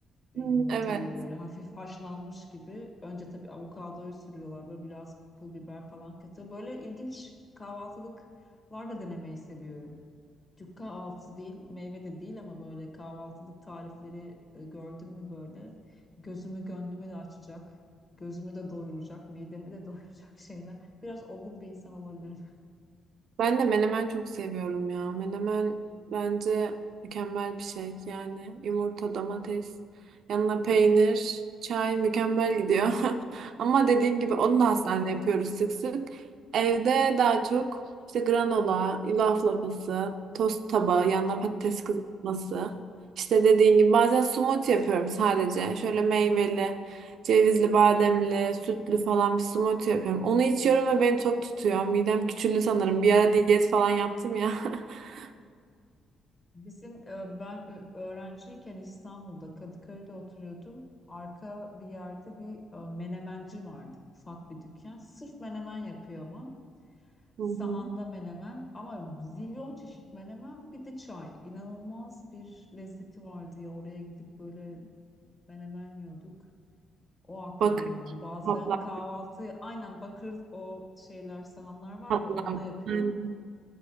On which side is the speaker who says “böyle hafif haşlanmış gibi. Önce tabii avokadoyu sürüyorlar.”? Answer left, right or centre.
Left